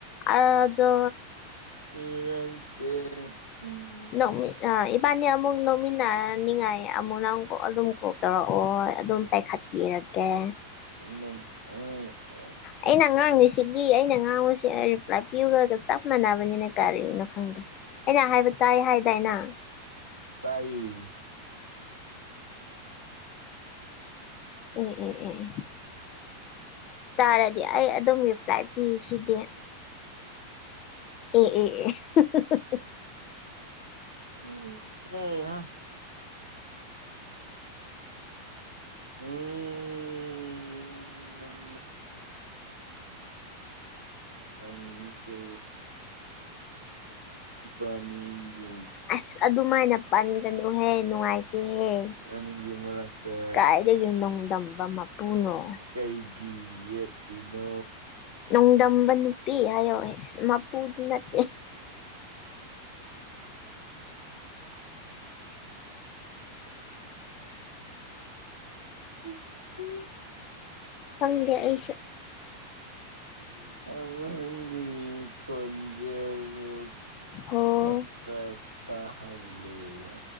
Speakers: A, on the left; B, on the right.
A: ꯑꯗꯣ
B: ꯏꯔꯛꯇ <inaudible>
A: ꯅꯪ ꯃꯤꯠ ꯅꯥꯢꯌꯦ ꯏꯕꯥꯅꯤ ꯑꯃꯨꯛ ꯅꯛꯃꯤꯟꯅ ꯅꯤꯡꯉꯥꯏ ꯑꯃꯨꯛ ꯅꯪ ꯑꯗꯨꯝ ꯀꯣꯜ ꯇꯧꯔꯛꯑꯣ ꯑꯗꯨꯝ ꯄꯥꯏꯈꯠ ꯄꯤꯔꯛꯒꯦ
B: <inaudible>
A: ꯑꯩꯅ ꯉꯥꯡꯉꯤꯁꯤꯒꯤ ꯑꯩꯅ ꯉꯥꯡꯕꯁ‌ꯦ ꯔꯤꯄ꯭ꯂꯥꯏ ꯄꯤꯌꯨꯒ ꯆꯞ ꯃꯥꯟꯅꯕꯅꯤꯅ ꯀꯔꯤꯅꯣ ꯈꯪꯗꯦ ꯑꯩꯅ ꯍꯥꯏꯕ ꯇꯥꯏ ꯍꯥꯏꯗꯥꯏꯅꯦ
B: ꯇꯥꯏ
A: ꯑ‌ꯦ ꯑ‌ꯦ ꯑ‌ꯦ
B: <inaudible>
A: ꯇꯥꯔꯗꯤ ꯑꯩ ꯑꯗꯨꯝ ꯔꯤꯄ꯭ꯂꯥꯏ ꯄꯤꯔꯤꯁꯤꯗꯤ ꯑꯦ ꯑꯦ ꯑꯦ
B: ꯎꯝ ꯑꯝ ꯍꯥ <inaudible> ꯑꯣ ꯅꯪꯁꯦ ꯏꯕꯥꯅꯤꯒꯤ
A: ꯑꯁ ꯑꯗꯨꯃꯥꯏꯅ ꯄꯟꯒꯅꯨꯍꯦ ꯅꯨꯡꯉꯥꯏꯇꯦꯍꯦ
B: ꯏꯕꯥꯅꯤꯒꯤ ꯃꯔꯛꯇ
A: ꯀꯥꯏꯗꯒꯤ ꯅꯣꯡꯗꯝꯕ ꯃꯄꯨꯅꯣ
B: ꯀꯩꯒꯤ ꯌꯦꯠꯂꯤꯅꯣ
A: ꯆꯥꯡꯗꯝꯕ ꯅꯨꯄꯤ ꯍꯥꯏꯌꯣ ꯃꯄꯨꯗꯨ ꯅꯠꯇꯦ
B: ꯎꯝ ꯎꯝ <inaudible>
A: ꯐꯪꯗꯦ ꯑꯩꯁꯨ
B: ꯑꯋꯥꯡꯒꯤ ꯈꯨꯟꯖꯦꯟꯗꯣ
A: ꯑꯣ
B: ꯀꯄꯠꯇꯍꯜꯂꯤ <inaudible>